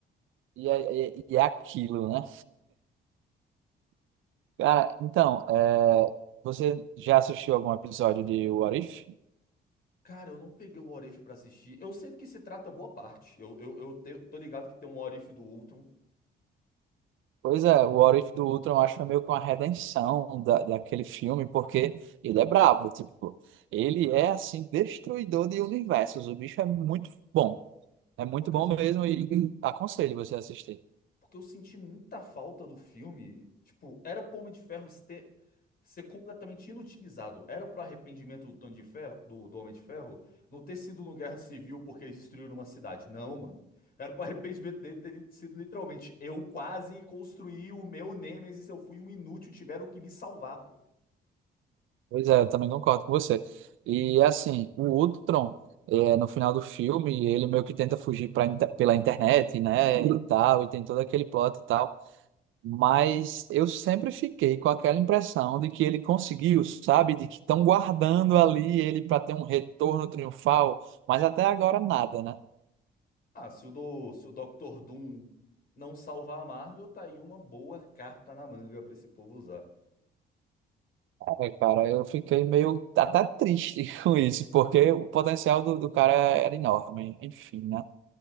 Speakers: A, on the right; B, on the left.
A: e é, e é- e é aquilo, né? Cara, então, é, você já assistiu algum episódio de What If?
B: Cara, eu não peguei o What If pra assistir. Eu sei do que se trata boa parte. Eu, eu, eu te- tô ligado que tem um What If do Ultron,
A: Pois é, o What If do Ultron eu acho que foi meio que uma redenção da, daquele filme, porque ele é brabo, tipo, ele é assim, destruidor de universos, o bicho é muito bom. É muito
B: porque,
A: bom mesmo e aconselho você a assistir.
B: porque eu senti muita falta do filme. Tipo, era pro Homem de Ferro ter, ser completamente inutilizado. Era pro arrependimento do Tony de Ferro, do, do Homem de Ferro não ter sido no Guerra Civil porque eles destruíram uma cidade. Não, mano. Era pro arrependimento dele ter li- sido literalmente eu quase construí o meu Nemesis, eu fui um inútil, tiveram que me salvar,
A: Pois é, eu também concordo com você. E assim, o Ultron, é, no final do filme, ele meio que tenta fugir pra, inter- pela internet, né, e tal, e tem todo aquele plot e tal. Mas eu sempre fiquei com aquela impressão de que ele conseguiu, sabe? De que estão guardando ali ele para ter um retorno triunfal, mas até agora nada, né?
B: Ah, se o, do, se o Doctor Doom não salvar a Marvel, tá aí uma boa carta na manga pra esse povo usar.
A: É, cara, eu fiquei meio até triste <laughs> com isso, porque o potencial do, do cara era enorme, enfim, né?